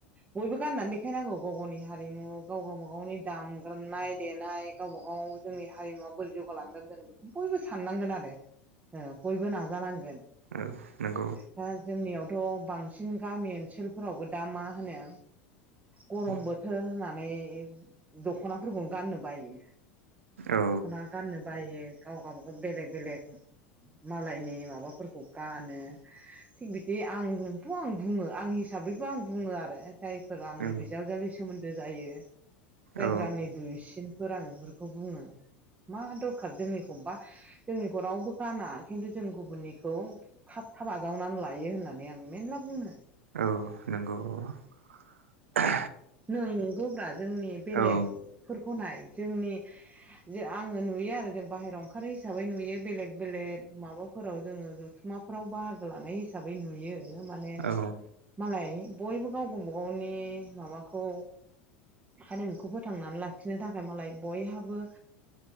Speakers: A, on the right; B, on the right.
A: बयबो गाननानै देखायनांगौ गाव गावनि हारिमु गाव गावबा गावनि दामग्रोमनाय देनाय गावबा गाव जोंनि हारिमुवा बोरै जौगालांगोन जों बे बयबो साननांगोन आरो। ओ बयबो नाजानांगोन।
B: आब' नंगौ
A: दा जोंनियाव थ' बांसिन गामि ओनसोलफोरावबो दा मा होनो गरम
B: उम
A: बोथोर होननानै माने दख'ना फोरखौनो गान्नो बायो
B: औ
A: दख'ना गान्नो बायो गाव गबागाव बेलेग बेलेग मालायनि माबाफोरखौ गानो थिग बिदि आंथ' आं बुङो आं हिसाबैबो आं बुङो आरो जायफोरा आंनि
B: औ
A: बिजावजालि
B: नंगौ
A: सोमोन्दो जायो जायफोरा
B: औ
A: आंनि दुइसिन फोर आरो बेफोरखौ बुङो मा दरखार जोंनिखौ बा जोंनिखौ रावबो गाना खिन्थु जों गुबुननिखौ थाब थाब आजावनानै लायो होननानै आं मेरला बुङो
B: औ औ नंगौ औ
A: नंगौब्रा जोंनि बेलेगफोरखौ
B: औ नंगौ औ
A: नाय जोंनि जे आङो नुयो आरो जों बाहेरायाव ओंखारो हिसाबै नुयो बेलेग बेलेग माबाफोराव जोङो जथुमाफोराव बाहागो लानाय हिसाबै नुयो माने
B: औ
A: मालाय बयबो गाव गावबागावनि माबाखौ हारिमुखौ फोथांनानै लाखिनो थाखाय मालाय बयहाबो